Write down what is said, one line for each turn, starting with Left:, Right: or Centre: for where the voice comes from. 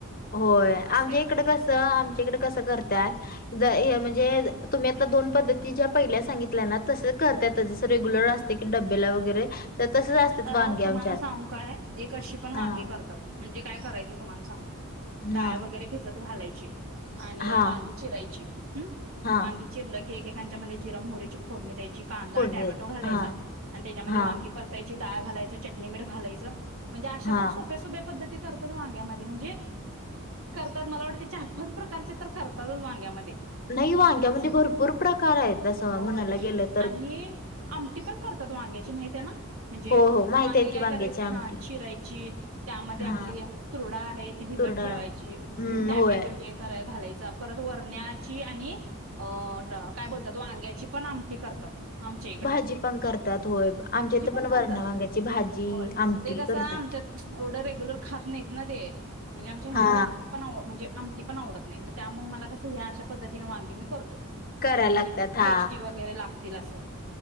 Left: होय, आमच्या
Right: असं आहे.
Left: इकडं कस आमच्या इकडे कस करत्यात ज य म्हणजे तुम्हीआता दोन पद्ध ज्या पहिल्या सांगितल्या तस करत्यात जसं रेग्युलर असते की डब्याला वगैरे तर तसच असतात
Right: आता
Left: वांगी
Right: तुम्हाला
Left: आमच्यात
Right: सांगू काय? एक अशी पण वांगी
Left: हा
Right: करतात म्हणजे काय करायचं तुम्हाला सांगतो? डाळ
Left: हा
Right: वगैरे भिजत घालायची ची आणि
Left: हा
Right: वांगी चिरायची हम्
Left: हा
Right: वांगी चिरले - ठीक ये त्याच्या मध्ये जिर, मोहरीची फोडणी द्यायची रचि, कांदा,
Left: फोडणी
Right: टोमॅटो
Left: द्यायची
Right: घालायाचा
Left: हा
Right: अन त्याच्यामध्ये
Left: हा
Right: वांगी पर ची डाळ घालायचं चटणी मिठ घालायचं म्हणजे अशा
Left: हा
Right: पण सोप्या सोप्या पद्धती करतात वांग्यामध्ये म्हणजे करतात मला वाटते चार पाच प्रकारचे तर करतात वांग्यामध्ये
Left: नाही वांग्यामध्ये
Right: म्हणजे जसं
Left: भरपूर प्रकार आहेत असं
Right: होय
Left: म्हणायला गेलं तर
Right: आणि आमटी पण करतात वांग्याची माहती आहे ना? म्हणजे
Left: हो हो माहिती
Right: वांगे
Left: आहेत
Right: काय
Left: की वांग्याची
Right: करायच हा
Left: आमटी
Right: चिरायची त्यामध्ये
Left: हा
Right: आपली तूर डाळ आहे ती भिजत
Left: तुरडाळ
Right: ठेवायची
Left: हम्म
Right: टॅमॅटो
Left: होय
Right: हे घालायची परत वरण्याची आणि अ काय बोलतात तो वांग्याची पण आम ते करतात. आमच्या
Left: भाजी पण करतात होय आमच्या
Right: ते पण करतात
Left: वरणा वांग्याची भाजी
Right: होय
Left: आमटी
Right: ते कसं
Left: करतात
Right: आमच्यात एवढं रेगुलर खात नाहीत. नदी ये म्हणजे आमच्या यांना
Left: हा
Right: वांगी पण आव म्हणजे आमटी पण आवडत नाही मग त्यामुळे मला कस ह्या अशा पद्धतीने वांगी मी करतो
Left: करायला
Right: म्हणजे
Left: लागतात
Right: जी
Left: हा
Right: टेस्टी वगैरे लागते तील असं